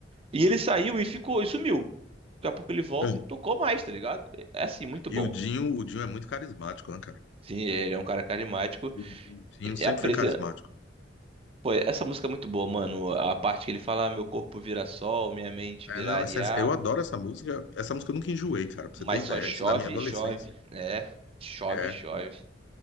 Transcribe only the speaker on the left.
hum,
e
o Dinho, o Dinho é muito carismático, né, cara?
O o Dinho sempre
foi carismático.
É,
não,
essa- eu adoro essa música. Essa música eu nunca enjoei, cara, pra
você ter ideia.
Isso é da minha adolescência.
É.